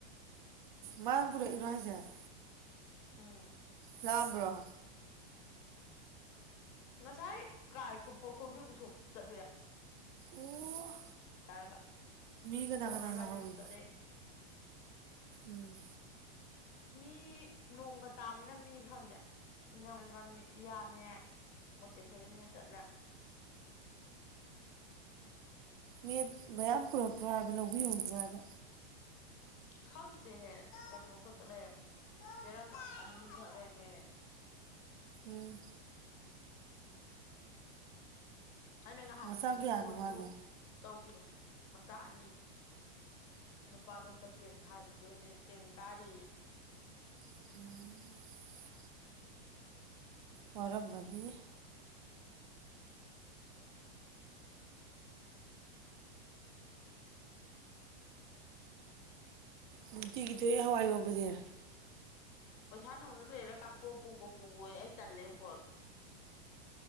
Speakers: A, on the right; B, on the left.
A: ꯃ ꯄꯨꯔ ꯏꯔ ꯍꯥꯏꯖꯔ
B: ꯑꯥ
A: ꯂꯥꯕ꯭ꯔꯣ
B: ꯉꯁꯥꯏ ꯀꯥꯏ ꯄꯣꯔꯈꯣꯡꯖꯤꯤꯡ ꯎꯁꯣꯞ ꯆꯠꯂꯨ ꯌꯥꯏ
A: ꯑꯣ
B: ꯌꯥꯔꯒ
A: ꯃꯤ ꯀꯅꯥ
B: ꯏꯅꯝ
A: ꯀꯅꯥ
B: ꯃꯩꯕꯥꯗꯒꯁꯨꯨꯞ
A: ꯂꯥꯛꯍꯧꯏ
B: ꯆꯠꯂꯦ
A: ꯎꯝ
B: ꯃꯤ ꯅꯣꯡꯒ ꯇꯥꯕꯅ ꯃꯤ ꯈꯪꯗꯦ ꯅꯪꯃꯤꯕꯅꯤ ꯏꯌꯥꯅꯦ ꯃꯣꯇꯦꯁꯣꯔꯤꯅꯦ ꯆꯠꯂꯦ
A: ꯃꯤ ꯃꯌꯥꯝ ꯄꯨꯔꯛꯇ꯭ꯔꯣ ꯍꯥꯏꯕ ꯂꯧꯕꯤꯍꯧꯗ꯭ꯔꯣ ꯍꯥꯏꯕ
B: ꯈꯪꯗꯦ ꯀꯩꯅꯣ ꯈꯛ ꯂꯩꯔꯝꯃꯦ ꯆꯦꯔꯪ ꯑꯅꯤ ꯈꯛ ꯂꯩꯔꯝꯃꯦ
A: ꯎꯝ
B: ꯑꯩꯅ ꯅꯍꯥꯟꯁꯨ
A: ꯃꯆꯥ ꯀꯌꯥꯅꯣ
B: ꯐꯣꯟꯁꯨ
A: ꯃꯥꯒꯤ
B: ꯇꯧꯈꯤꯕꯅꯦ ꯃꯆꯥ ꯑꯅꯤ ꯅꯨꯄꯥꯗꯣ ꯍꯟꯗꯛ ꯇꯦꯟ ꯊꯥꯔꯤꯗꯣꯏꯅꯦ ꯇꯦꯟ ꯀꯥꯔꯤ
A: ꯎꯝ ꯋꯥꯔꯝꯚꯅꯤꯅꯤ ꯅꯨꯡꯇꯤꯒꯤ ꯊꯣꯛꯑꯦ ꯍꯋꯥꯏ ꯋꯥꯕꯁꯦ
B: ꯄꯩꯁꯥꯗꯧꯅ ꯂꯩꯔꯦ ꯀꯥꯞꯄꯣ ꯄꯨꯈꯣ ꯄꯨꯈꯣꯏ ꯑꯩ ꯇꯜꯂꯦ ꯄꯣꯔꯛꯦ